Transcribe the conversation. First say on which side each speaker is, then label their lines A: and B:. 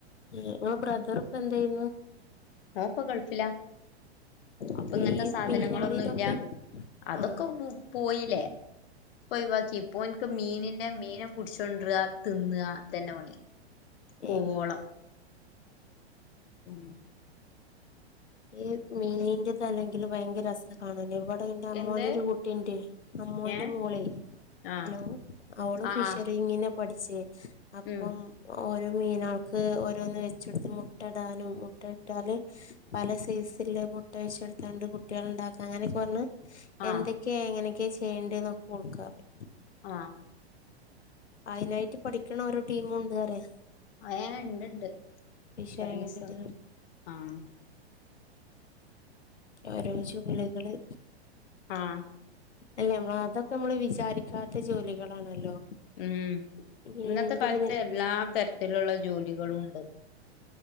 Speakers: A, on the left; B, on the left.
A: ഇങ്ങള ബ്രദറിപ്പൊ എന്തെയുന്നു?
B: ഓൻപ്പൊ ഗൾഫില. ഇപ്പൊ
A: അപ്പൊ
B: ങ്ങനത്തെ
A: ഈ
B: സാധനങ്ങളൊന്നുല്ല
A: മീനാളി ഇതൊക്കെ
B: അതൊക്കെ
A: ആഹ്
B: ഉം പോയീലെ. <unintelligible> വാക്കിം പ്പൊ ഓൻക്ക് മീനിന്റെ മീനെ പിടിച്ചൊണ്ടറ തിന്ന ഇതന്നെ പണി. പൂവോളം
A: ഏഹ്
B: ഉം
A: ഈ മീനിന്റെ തലെങ്കിലും ഭയങ്കര <unintelligible> ആണലെ ഇവിടെൻ്റെ അമ്മോണ്ടൊരു
B: എന്ത്
A: കുട്ടിയിണ്ടേ അമ്മോന്റെ
B: ഏ
A: മോളെ
B: ആഹ്
A: ഹലോ അവളും
B: ആഹ്
A: ഫിഷറിങ്ങിന പഠിച്ചേ അപ്പം,
B: ഉം
A: ഓരോ മീനാൾക്ക് ഓരോന്ന് വെച്ചെടുത്ത് മുട്ടടാനും മുട്ട ഇട്ടാല്, പല സീസില്ല മുട്ട വെച്ചൊടുത്താണ്ട് കുട്ടികളുണ്ടാക്ക അങ്ങനെക്കെ പറഞ്ഞ്
B: ആഹ്
A: എന്തെ ഒക്കെ എങ്ങനെയൊക്കെ ചെയ്യേണ്ട ന്നൊക്കെ ഓൾക്കറിയ.
B: ആഹ
A: അയിനായിട്ട് പഠിക്കണ ഓരോ ടീമുണ്ട് അറയ.
B: ഏ ഇണ്ട്ണ്ട്
A: ഫിഷറിങ്ങിന്റെ
B: ഫിഷറീസ്
A: ഇതില്
B: ആഹ
A: ഓരോ ജോലികള്.
B: ആഹ
A: എല്ല നമ്മള് അതൊക്കെ നമ്മള് വിചാരിക്കാത്ത ജോലികളാണല്ലോ.
B: ഉം
A: മീനിന്റെതില്
B: ഇന്നത്തെ കാലത്ത് എല്ലാ തരത്തിലുള്ള ജോലികളുണ്ട്.